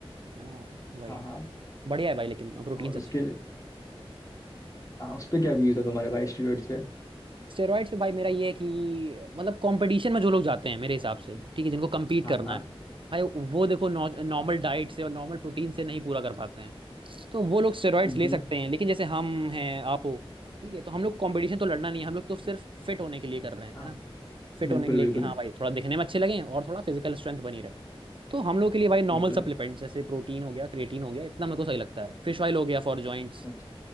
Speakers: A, on the right; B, on the left.
A: हाँ वही
B: हाँ हाँ
A: बढ़िया है भाई लेकिन प्रोटीन्स
B: और
A: अच्छे
B: उसके
A: हैं
B: लिए हाँ उस पे क्या व्यूज है तुम्हारे भाई स्टूडेंट्स पे
A: स्टेरॉइड से भाई मेरा ये है कि मतलब कंपटीशन में जो लोग जाते हैं मेरे हिसाब से ठीक है जिनको कम्पीट
B: हाँ
A: करना
B: हाँ
A: है भाई वो देखो नॉर्मल डाइट से और नॉर्मल प्रोटीन से नहीं पूरा कर पाते हैं तो वो लोग स्टेरॉइड्स
B: हम्म
A: ले
B: हम्म,
A: सकते हैं लेकिन जैसे हम हैं आप हो ठीक है तो हम लोग को कंपटीशन तो लड़ना नहीं है हम लोग तो सिर्फ फिट होने के लिए कर रहे हैं
B: हाँ
A: है ना फिट
B: बिल्कुल
A: होने के लिए
B: बिल्कुल
A: कि हाँ भाई थोड़ा दिखने में अच्छे लगें और थोड़ा फिजिकल स्ट्रेंथ बनी रहे तो हम लोग के लिए भाई नॉर्मल
B: बिल्कुल
A: सप्लीमेंट्स जैसे प्रोटीन हो गया क्रिएटिन हो गया इतना मेरे को सही लगता है फिश ऑयल हो गया फॉर जॉइंट्स
B: अच्छा